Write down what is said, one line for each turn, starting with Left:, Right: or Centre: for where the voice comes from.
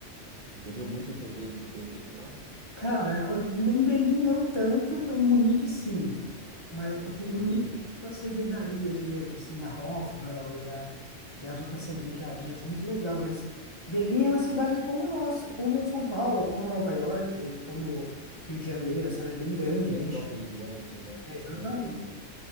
Right: Bebeu muita cerveja de Berlim lá?
Left: Cara, eu- em Berlim não tanto, mas em Munique sim. Mas, porque em
Right: Entendi.
Left: Munique ficam as cervejarias mesmo, assim, a Hofbrau e, a, e as outras cervejarias. Muito legal, mas Berlim é uma cidade como nossa, como São Paulo, como Nova York, como Rio de Janeiro, assim, ela é bem grande,
Right: Metrópole
Left: bem... chi-
Right: grande, né?
Left: É, exatamente.
Right: Aham, sei,